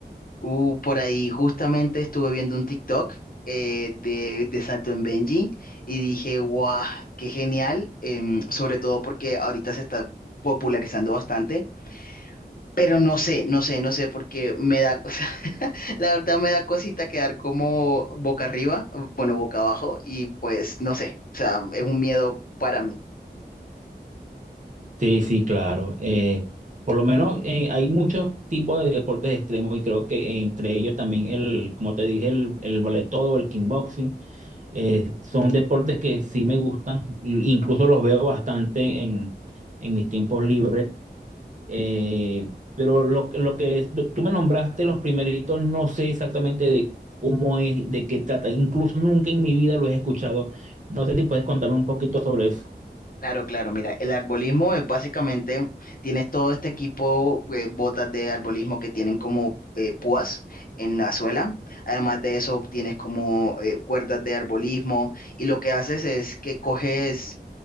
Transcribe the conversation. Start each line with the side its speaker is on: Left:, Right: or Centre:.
Left: Uh, por ahí justamente estuve viendo un TikTok eh, de, de Sato en Benji y dije, guau, qué genial, em, sobre todo porque ahorita se está popularizando bastante, pero no sé, no sé, no sé, porque me da, <laughs> o sea, la verdad me da cosita quedar como boca arriba, bueno, boca abajo y pues no sé, o sea, es un miedo para mí.
Right: Sí, sí, claro. Eh, por lo menos eh, hay muchos tipos de deportes extremos y creo que entre ellos también el, como te dije, el, el ballet todo, el kickboxing, eh, son deportes que sí me gustan, i- incluso los veo bastante en, en mis tiempos libres. Eh, pero lo, lo que es- tú me nombraste los primeritos, no sé exactamente de cómo es, de qué trata, incluso nunca en mi vida lo he escuchado. No sé si puedes contarme un poquito sobre eso.
Left: Claro, claro, mira, el arbolismo es básicamente, tienes todo este equipo, eh, botas de arbolismo que tienen como eh, púas en la suela, además de eso tienes como eh, cuerdas de arbolismo y lo que haces es que coges,